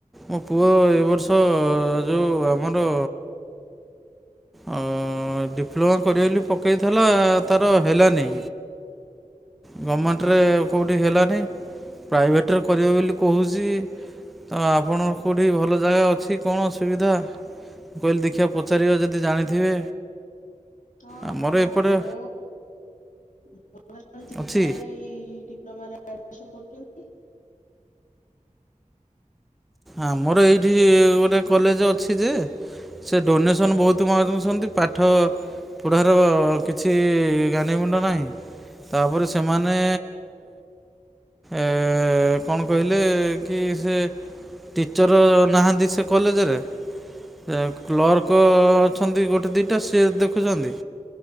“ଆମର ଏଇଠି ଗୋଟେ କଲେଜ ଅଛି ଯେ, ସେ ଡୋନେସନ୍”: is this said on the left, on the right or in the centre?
Centre